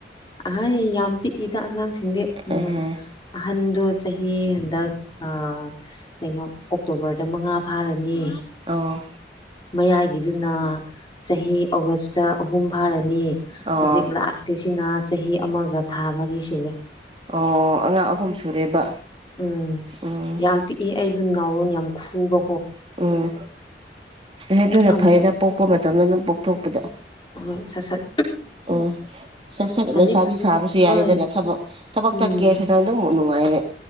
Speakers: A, on the left; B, on the right.
A: ꯑꯍꯩ ꯌꯥꯝ ꯄꯤꯛꯏꯗ ꯑꯉꯥꯡꯁꯤꯡꯗꯤ ꯎꯝ
B: ꯑꯦꯍꯦ
A: ꯑ ꯑꯍꯟꯗꯣ ꯆꯍꯤ ꯍꯟꯗꯛ ꯑ ꯀꯩꯅꯣ ꯑꯣꯛꯇꯣꯕꯔꯗ ꯃꯉꯥ ꯐꯥꯔꯅꯤ
B: ꯑꯣ
A: ꯃꯌꯥꯏꯒꯤꯗꯨꯅ ꯆꯍꯤ ꯑꯣꯒꯁꯇ ꯑꯍꯨꯝ ꯐꯥꯔꯅꯤ
B: ꯑꯣ
A: ꯍꯧꯖꯤꯛ ꯂꯥꯁꯀꯤꯁꯤꯅ ꯆꯍꯤ ꯑꯃꯒ ꯊꯥ ꯃꯔꯤ ꯁꯨꯔꯦ
B: ꯑꯣ ꯑꯉꯥꯡ ꯑꯍꯨꯝ ꯁꯨꯔꯦꯕ
A: ꯎꯝ
B: ꯎꯝ
A: ꯌꯥꯝ ꯄꯤꯛꯏ ꯑꯩꯗꯣ ꯅꯥꯎꯔꯣꯟ ꯌꯥꯝ ꯈꯨꯕ
B: ꯎꯝ ꯑꯦꯑꯗꯨꯅ
A: ꯑꯗꯨꯒꯤ
B: ꯐꯩꯗ ꯄꯣꯛꯄ ꯃꯇꯝꯗ ꯑꯗꯨꯝ ꯄꯣꯛꯊꯣꯛꯄꯗ
A: ꯍꯣꯏ ꯁꯠ ꯁꯠ
B: ꯎꯝ ꯁꯠ ꯁꯠ
A: ꯍꯧꯖꯤꯛ
B: ꯂꯩꯁꯥꯕꯤ ꯁꯥꯕꯁꯨ ꯌꯥꯔꯦꯗꯅ
A: ꯍꯣꯏ
B: ꯊꯕꯛ ꯊꯕꯛ
A: ꯎꯝ
B: ꯇꯠꯀꯦꯁꯨ ꯅꯪ ꯑꯗꯨꯝ ꯅꯨꯡꯉꯥꯏꯔꯦ